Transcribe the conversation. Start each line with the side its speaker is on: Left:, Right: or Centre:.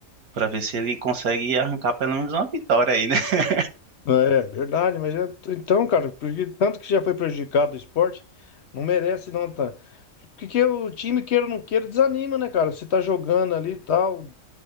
Right: pra ver se ele consegue arrancar pelo menos uma vitória aí, né? <laughs>
Left: É verdade, mas é- então, cara, porque tanto que já foi prejudicado o esporte, não merece não, tá? Porque que o time, queira ou não queira, desanima, né, cara? Você tá jogando ali e tal,